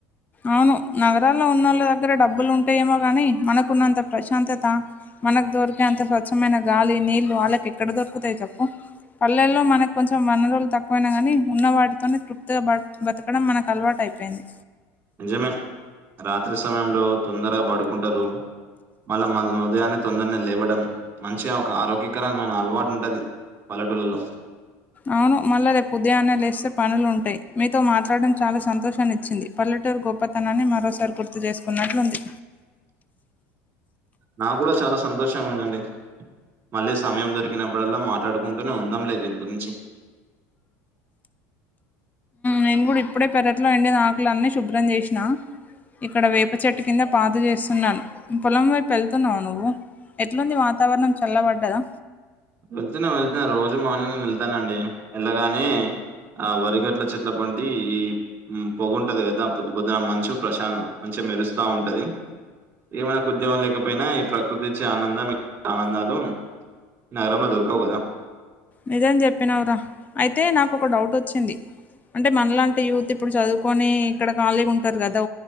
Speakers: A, on the left; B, on the right.
A: అవును నగరాల్లో ఉన్నోళ్ళ దగ్గర డబ్బులు ఉంటాయేమో గాని మనకున్నంత ప్రశాంతత. మనకు దొరికే అంత స్వచ్ఛమైన గాలి నీళ్ళు వాళ్ళకి ఎక్కడ దొరుకుతాయి చేప్పు. పల్లెల్లో మనకు కొంచెం వనరులు తక్కువైనాగాని ఉన్న వాటితోనే తృప్తిగా బత బతకడం మనకు అలవాటు. అయిపోయింది.
B: నిజమే రాత్రి సమయంలో తొందరగా పడుకుంటారు. మళ్ళా మనం ఉదయాన్నే తొందరనే లేవడం మంచిగా ఒక ఆరోగ్యకరమైన అలవాటు ఉంటది. పల్లెటూర్లలో.
A: అవును మళ్ళా రేపు ఉదయానే లేస్తే పనులు ఉంటాయి. మీతో మాట్లాడటడం చాలా సంతోషాన్ని ఇచ్చింది పల్లెటూరు గొప్పతనాన్ని మరోసారి గుర్తు చేసుకున్నట్లుంది.
B: నాకు కూడా చాలా సంతోషంగా ఉందండి. మళ్ళీ సమయం దొరికినప్పుడల్లా మాట్లాడుకుంటూనే ఉందంలే దీని గురించి.
A: నేను కూడా ఇప్పుడే పెరట్లో ఎండిన ఆకులు అన్నీ శుభ్రం చేసిన. ఇక్కడ వేప చెట్టు కింద పాతు చేస్తున్నాను పొలం వైపు వెళ్తున్నావ నువ్వు. ఎట్లుంది వాతావరణం చల్లబడ్డదా.
B: వెళ్తున్నా వెళ్తున్నా రోజు మార్నింగ్ వెళ్తానండి వెళ్ళగానే. ఆహ్ వరిగట్ల చెట్ల పోంటి ఈ ఉమ్ పొగుంటది కదా పొద్దు పొద్దున ఆహ్ మంచు ప్రశా మంచి. అంటే మెరుస్తా ఉంటది. ఈ మనకు ఉద్యోగం లేకపోయినా ఈ ప్రకృతిచ్చే ఆనందం ఆనందాలు. నగరాంలో దొర్కావు కదా.
A: నిజం చెప్పినావురా అయితే నాకు ఒక డౌట్ వచ్చింది. అంటే మనలాంటి యూత్ ఇప్పుడు చదువుకొని ఇక్కడ ఖాళీగా ఉంటారు కదా